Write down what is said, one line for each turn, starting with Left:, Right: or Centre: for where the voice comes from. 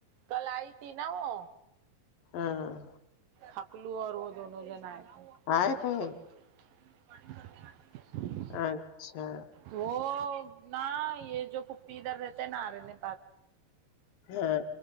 Right: کل آئی تھی نا وہ
Left: ہاں
Right: حکلو اور وہ دونوں جن آئے تھے
Left: آئے
Right: آڈن
Left: تھے
Right: کرنے آتی ہے
Left: اچھا
Right: وہ نہ یہ جو کھپی ادھر رہتے نارےنے
Left: ہاں